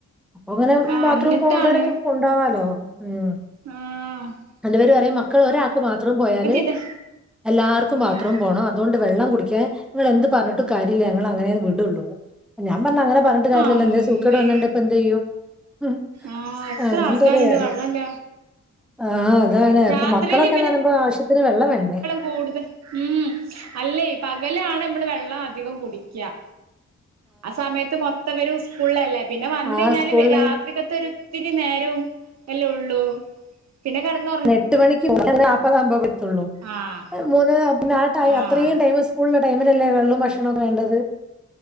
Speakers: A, in the centre; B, on the right (about 65°).
A: അപ്പൊങ്ങനെ
B: ആഹ്
A: ബാത്റൂം
B: എന്നിട്ടാണ്
A: പോവണ്ടവരൊക്കെ കൊണ്ടവാലോ. ഉം
B: ആ.. ഹ്
A: ആന്റിമാര് പറയും മക്കൾ ഒരാക്ക് ബാത്റൂം പോയാല്
B: ഇതാ
A: എല്ലാർക്കും ബാത്റൂം
B: ആഹ്
A: പോകണംഅത് തുകൊണ്ട് വെള്ളം കുടിക്കാൻ ങ്ങളെന്ത് പറഞ്ഞിട്ടും കാര്യല്ല. ഞങ്ങളങ്ങനെ വിടുള്ളൂ. ഞാൻ പറഞ്ഞ അങ്ങനെ പറഞ്ഞിട്ട് ട്ട് കാര്യല്ലല്ലൊ
B: അമ്മേ
A: എന്തേ സൂക്കട് വന്നണ്ട് ഇപ്പ എന്ത് ചെയ്യും ഹും
B: ആഹ് എത്ര
A: അങ്ങ
B: ആൾക്കാരുണ്ട് വെള്ളല്ല
A: <unintelligible> ആഹ അതാണ്
B: രാത്രിയില്
A: അപ്പൊ മക്കളൊക്കെന്നറീമ്പോ ആവശ്യത്തിന് വെള്ളം വേണ്ടേ
B: കൂടുത ഉഉം അല്ലേ പകലാണ് നമ്മള് വെള്ളം അധികം കുടിക്ക്യ ആ സമയത്ത് മൊത്തംവര് സ്കൂളല്ലേ. പിന്നെ വന്ന്
A: ആ
B: കഴിഞ്ഞാല്
A: സ്കൂളില്
B: വ രാത്രിക്കത്തൊരു ത്തിരി നേരവും എല്ലാഉള്ളൂ പിന്നെ കടന്ന
A: എട്ട് മണിക്ക് പോ <unintelligible> നാൽപതാവുമ്പോ എത്തുള്ളു
B: ആഹ്
A: മൂന്ന് ആപ്നാട്ട അത്രയും
B: ആഹ്
A: ടൈം സ്കൂളിലെ ടൈമിലല്ലേ വെള്ളവും ഭക്ഷണോവേണ്ടത്